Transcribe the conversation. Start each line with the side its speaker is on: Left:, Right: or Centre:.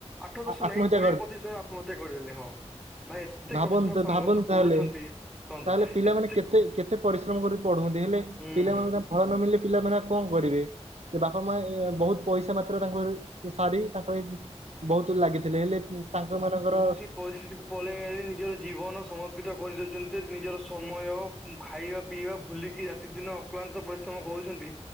Centre: ଆଠ
Right: ଆତ୍ମହତ୍ୟା
Centre: ଦଶ ନାଇଁ କୋଡିଏ ପଚିଶ ଜଣ ଆତ୍ମହତ୍ୟା କରିଦେଲେ ହଁ। ଭାଇ ଏତେ
Right: ଭାବନ୍ତୁ
Centre: କଷ୍ଟ ସଂଘର୍ଷ
Right: ଭାବନ୍ତୁ
Centre: କରୁଛନ୍ତି
Right: ତାହେଲେ
Centre: କୁହନ୍ତୁ
Right: ତାହେଲେ ପିଲାମାନେ
Centre: ଏତେ
Right: କେତେ କେତେ ପରିଶ୍ରମ କରିିକି ପଢନ୍ତି ହେଲେ
Centre: ହୁଁ।
Right: ପିଲାମାନଙ୍କୁ ତାଙ୍କ ଫଳ ନ ମିଳିଲେ ପିଲାମାନେ କଣ କରିବେ ବାପା ମା ଏ ବହୁତ ପଇସା ମାତ୍ରାରେ ତାଙ୍କର ସାରି ତାଙ୍କର ବହୁତ ଲାଗିଥିଲେ ହେଲେ ତାଙ୍କ ମାନଙ୍କର
Centre: ପରିସ୍ଥିତି ପଳେଇ ଆଇଲେ ନିଜର ଜୀବନ ସମର୍ପିତ କରିଦେଉଛନ୍ତି ନିଜର ସମୟ ଖାଇବା ପିଇବା ଭୁଲିକି ପ୍ରତିଦିନ ଅକ୍ଲାନ୍ତ ପରିଶ୍ରମ କରୁଛନ୍ତି।